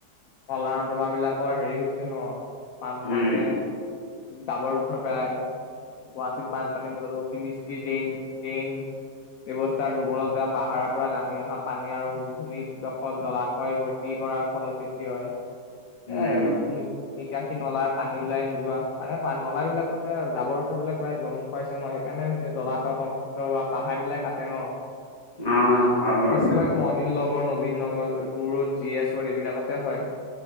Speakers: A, on the left (about 60°); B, on the left (about 25°).
A: নলা নৰ্দমা বিলাকৰ হেৰি হৈছে ন ম
B: উম,
A: মানে, জাবৰ যোথৰ পেলাই, গুৱাহাটীত বানপানীৰ মূলত অতি ডেইন ডেইন ব্যৱস্থাৰ দুৰ্বলতা, পাহাৰৰ পৰা নামি অহা পানী আৰু <unintelligible> ভূমিত দখল, জলাশয় ভৰ্তি কৰাৰ ফলৰ সৃষ্টি হয়।
B: উম,
A: এ- নিকাশি নলাৰ পানী ওলাই নোযোৱা, মানে নলাবিলাকতে জাবৰ যোঠৰ বিলাক প্ৰায় জমু খুৱাইছে ন সেইকাৰণে নে হৈছে জলাশয় সংন্তুষ্ট হোৱা, পাহাৰ বিলাক কাটে ন,
B: উম হয় বাৰু।
A: বেছিভাগ অনিল নগৰ নবীন নগৰ জুৰোড জি এছড এইবিলাকতে হয়।